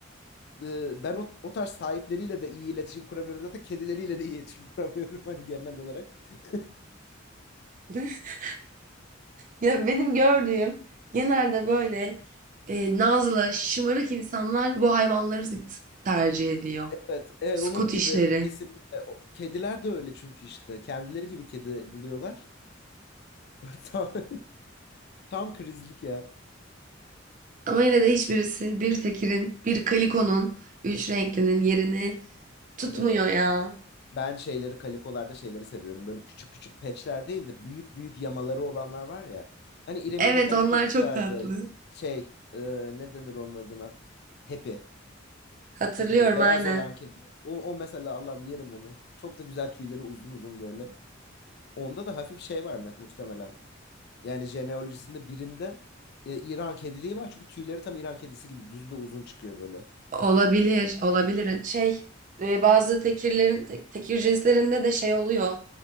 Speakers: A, on the left; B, on the right.
A: Ee, ben o, o tarz sahipleriyle de iyi iletişim kuramıyorum. Zaten kedileriyle de iyi iletişim <laughs> kuramıyorum hani genel olarak. <laughs>
B: <laughs> Ya benim gördüğüm genelde böyle e, nazlı, şımarık insanlar bu hayvanları tercih ediyor.
A: Evet, evet
B: Scottish'leri.
A: onun gibi kesinlikle. O- Kediler de öyle çünkü işte kendileri gibi kedi buluyorlar. <laughs> Tam, tam krizlik ya.
B: Ama yine de hiçbirisi bir tekirin, bir kalikonun, üç renklinin yerini tutmuyor
A: Evet.
B: ya.
A: Ben şeyleri kalikolarda şeyleri seviyorum. Böyle küçük küçük patchler değil de büyük büyük yamaları olanlar var ya. Hani İrem'in
B: Evet
A: bir tane
B: onlar
A: kedisi
B: çok
A: vardı.
B: tatlı.
A: Şey e, ne denir onun adına? Happy.
B: Hatırlıyorum
A: Happy diye. Beyaz
B: aynen.
A: olan kedi. O, o mesela Allah'ım yerim onu. Çok da güzel tüyleri uzun uzun böyle. Onda da hafif şey var mı muhtemelen. Yani jeneolojisinde birinde e, İran kediliği var. Çünkü tüyleri tam İran kedisi gibi düz ve uzun çıkıyor böyle.
B: Olabilir, olabilir. Şey, e, bazı tekirlerin, te- tekir cinslerinde de şey oluyor.